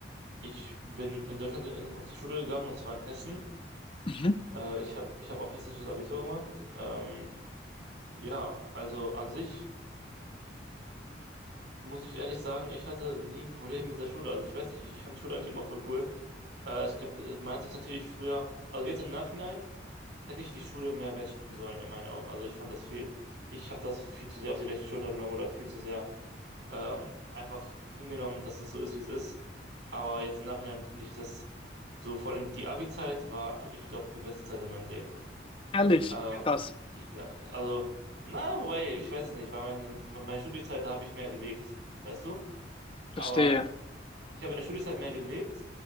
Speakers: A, on the right (about 75°); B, on the left (about 30°).
A: ich bin in Deutschland äh, in, auf die Schule gegangen und zwar in Hessen.
B: Mhm.
A: Äh, ich habe ich hab auch hessisches Abitur gemacht. Ähm, ja, also an sich muss ich ehrlich sagen, ich hatte nie ein Problem mit der Schule. Also ich weiß nicht, ich, ich fand die Schule eigentlich immer voll cool. Äh, es gibt, äh, man hat sich natürlich früher, also jetzt im Nachhinein, hätte ich die Schule mehr wertschätzen sollen, in meinen Augen. Also ich fand das viel, ich habe das viel zu sehr auf die leichte Schulter genommen oder viel zu sehr ähm, einfach hingenommen, dass es so ist, wie es ist. Aber jetzt im Nachhinein finde ich das so, vor allem die Abi-Zeit war, ich glaube, die beste Zeit in meinem Leben.
B: Ehrlich,
A: Ja. Ähm,
B: krass,
A: ja, also, na, wobei, ich weiß es nicht, weil meine, meine Studiezeit, da habe ich mehr gelebt, weißt du? Aber
B: verstehe.
A: ich habe in der Studienzeit mehr gelebt,